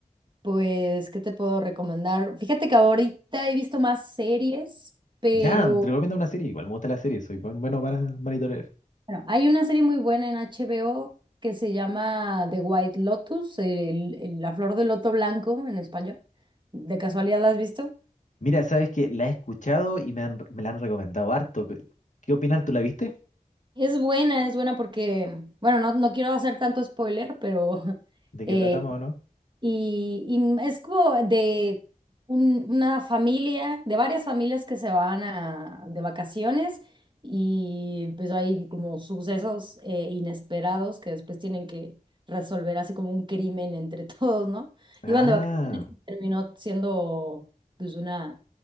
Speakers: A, on the right; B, on the left.
A: pues, ¿qué te puedo recomendar? Fíjate que ahorita he visto más series, pero
B: ya, te recomiendo una serie. Igual me gusta la serie, soy buen- bueno para monitorear.
A: bueno, hay una serie muy buena en HBO que se llama The White Lotus, el- el- la flor del loto blanco en español. ¿De casualidad la has visto?
B: Mira, sabes que la he escuchado y me han- me la han recomendado harto. pe- ¿Qué opinas? ¿Tú la viste?
A: Es buena, es buena porque, bueno, no, no quiero hacer tanto spoiler, pero <laughs>
B: ¿De
A: eh,
B: qué tratamos o no?
A: y, y es como de un- una familia, de varias familias que se van a, de vacaciones y pues hay como sucesos eh, inesperados que después tienen que resolver así como un crimen entre <laughs> todos, ¿no?
B: Ah,
A: Iban de vacaciones, terminó siendo pues una,